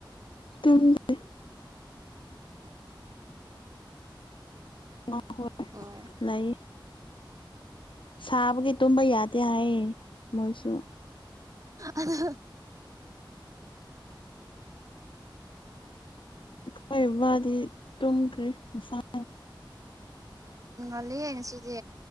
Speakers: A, on the left; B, on the right.
A: ꯇꯨꯝꯗ‌ꯦ <unintelligible> <unintelligible>
B: ꯑꯣ
A: ꯂꯩ ꯁꯥꯕꯒꯤ ꯇꯨꯝꯕ ꯌꯥꯗꯦ ꯍꯥꯏꯌꯦ ꯃꯣꯏꯁꯨ ꯫
B: ꯑꯗꯨ
A: ꯍꯣꯏ ꯃꯥꯗꯤ ꯇꯨꯝꯈ꯭ꯔꯦ ꯉꯁꯥꯏ ꯫
B: ꯎꯝ ꯉꯥꯜꯂꯤꯍ‌ꯦ ꯉꯁꯤꯗꯤ